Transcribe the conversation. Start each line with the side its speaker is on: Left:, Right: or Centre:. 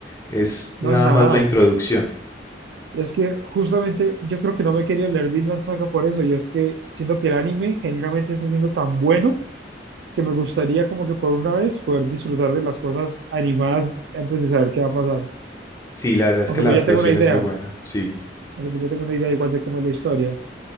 Left: es nada
Right: No es nada.
Left: más la introducción.
Right: Es que justamente yo creo que no me quería leer Vinland Saga por eso, y es que siento que el anime generalmente está siendo tan bueno que me gustaría como que por una vez poder disfrutar de las cosas animadas antes de saber qué va a pasar.
Left: Sí, la verdad es
Right: Aunque
Left: que la
Right: pues
Left: adaptación
Right: ya tengo una idea,
Left: es muy buena. Sí,
Right: aunque pues ya tengo una idea igual de cómo es la historia.